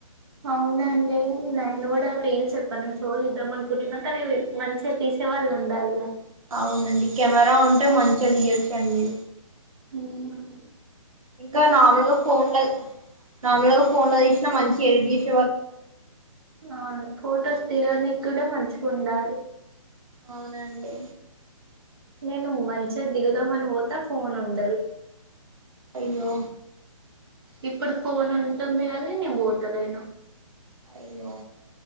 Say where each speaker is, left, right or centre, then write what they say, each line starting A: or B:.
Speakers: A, on the right; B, on the right.
A: అవునా అండి నేను గూడ రీల్స్ ఎప్పటి నుంచో చేద్దామనుకుంటున్నా కనీ ఇవి మంచిగా తీసేవాళ్ళు ఉండాలిగా!
B: అవునండి కెమెరా ఉంటే మంచిగా తియో చ్చండి.
A: హ్మ్ఁ
B: ఇంకా నార్మల్గా ఫోన్ల నార్మల్ గా ఫోన్ల తీసినా మంచిగా ఎడిట్ చే
A: ఆ ఫోటోస్ దిగనీకి కూడా మంచిగా ఉండాలి.
B: అవునండి
A: నేను మంచిగా దిగుదామని పోత ఫోన్ ఉండదు.
B: అయ్యో
A: ఇప్పుడు ఫోన్ ఉంటుంది కానీ నేను పోతలేను.
B: అయ్యో